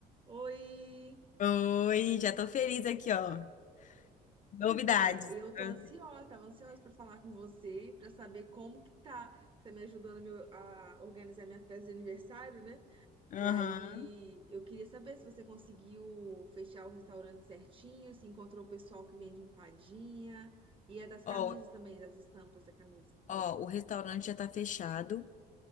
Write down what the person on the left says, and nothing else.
Oi, já tô feliz aqui, ó. Novidades.
pra
Aham.
Ó,
ó, o restaurante já tá fechado.